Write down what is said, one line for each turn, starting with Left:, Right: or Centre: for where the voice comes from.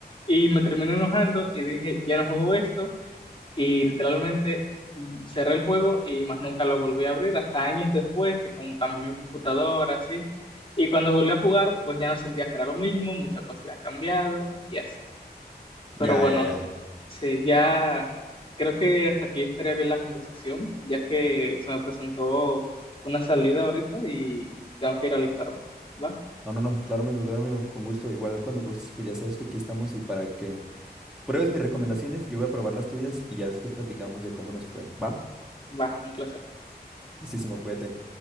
Left: Y me terminé enojando y dije, ya no juego esto y literalmente mm, cerré el juego y más nunca lo volví a abrir hasta años después, que como cambié mi computadora, así. Y cuando volví a jugar, pues ya no sentía que era lo mismo, muchas cosas ya han cambiado y así. Pero
Centre: Ya,
Left: bueno,
Centre: ya, ya.
Left: sí, ya creo que hasta aquí estaría bien la conversación, ya que se me presentó una salida ahorita y tengo que ir a alistarme. ¿Va?
Centre: No, no, no, claro, amigo, claro, amigo, con gusto. Igual cuando gustes, pues ya sabes que aquí estamos y para que Pruebes mis recomendaciones, yo voy a probar las tuyas y ya después platicamos de cómo nos fue. Va,
Left: Va, un placer.
Centre: listísimo, cuídate.